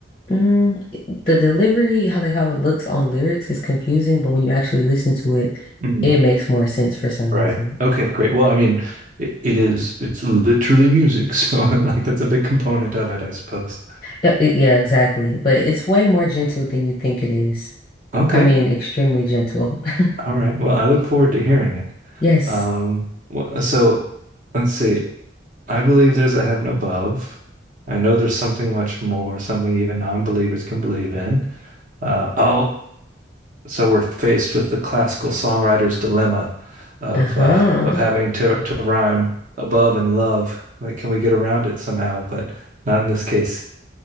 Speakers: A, on the left (about 25°); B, on the right (about 45°).
A: mm, the delivery, how like how it looks on lyrics is confusing, but when you actually listen to it,
B: Mm-hmm.
A: it makes more sense for some
B: Right.
A: reason.
B: Okay, great. Well, I mean, it, it is, it's literally music. So, <laughs> like, that's a big component of it, I suppose.
A: Yeah, it- yeah, exactly. But it's way more gentle than you think it is.
B: Okay.
A: I mean, extremely gentle. <laughs>
B: All right. Well, I look forward to hearing it.
A: Yes.
B: Um, wh- so let's see. I believe there's a heaven above. I know there's something much more, something even non-believers can believe in. Uh, oh, so we're faced with the classical songwriter's dilemma of
A: Uh-huh.
B: uh, of having to to rhyme above and love. Like, can we get around it somehow? But not in this case.